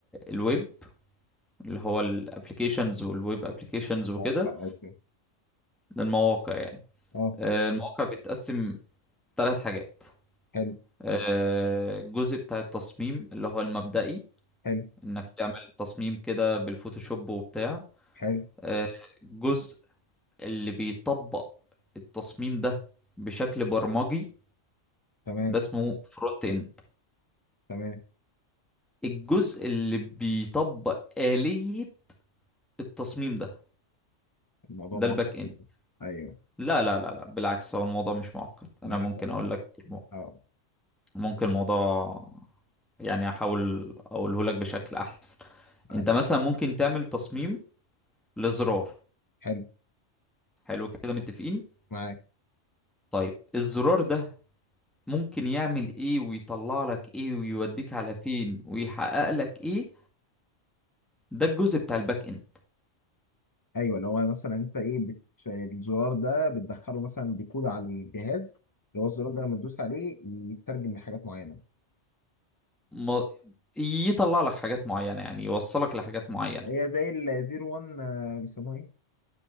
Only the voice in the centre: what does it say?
الويب اللي هو الابليكيشنز والويب ابليكيشنز
وكده
ده المواقع يعني
آه، المواقع بتتقسم ثلاث حاجات
آه، الجزء بتاع التصميم اللي هو المبدئي
انك تعمل تصميم كده بالفوتوشوب وبتاع
آه، الجزء اللي بيطبق التصميم ده بشكل برمجي
ده اسمه فرونت اند
الجزء اللي بيطبق آلية التصميم ده
ده
الباك اند
لا لا لا لا بالعكس هو الموضوع مش معقد انا
ممكن اقول لك المو-
ممكن الموضوع يعني احاول اقوله لك بشكل احسن
انت مثلا ممكن تعمل تصميم لزرار
حلو كده متفقين
طيب الزرار ده ممكن يعمل ايه ويطلع لك ايه ويوديك على فين ويحقق لك ايه ده الجزء بتاع الباك اند
ما يطلع لك حاجات معينة يعني يوصلك لحاجات معينة